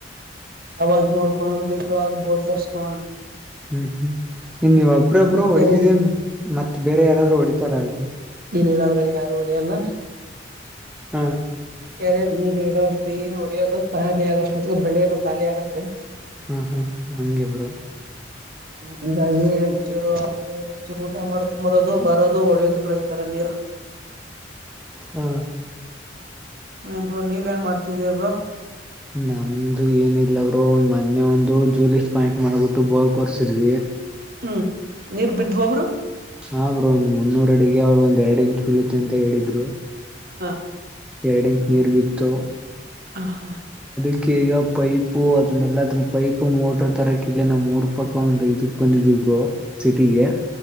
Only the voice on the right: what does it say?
ಆವಾಜ ಮೋಡ್ಕ ಬ ಬೋರ್ ಪಸ್ಕಣ
ಕೆರೆ
ಇಲ್ಲ ಅವ್ರ ಯಾರು ಹೊಡಿ ಎಲ್ಲ
ಕೆರೆ ನೀರ್ ಇಡೋಷ್ಟ್ದ ನು ಹೊಡಿಯೋದು ಖಾಲಿ ಆಗೋಷ್ಟತ್ ಬೆಳೆನು ಖಾಲಿ ಆಗತ್ತೆ
ಹಂಗಾಗಿ ಒಂಚೂರು ಆದ ಒಂಚೂರು ಊಟ ಮಾಡ್ಕೊಂಬರೋದು ಬರೋದು ಹೊಡಿಯೋದು ಬತಾರ ನೀರು <inaudible>
ಇಬರು ನೀವ ಏನ್ ಮಾಡ್ತಿದೀಬ್ರು
ಹ್ಮ್ ನೀರ್ ಬಿದ್ವ ಒಬ್ರು
ಹಾ
ಹಾ ಹಾ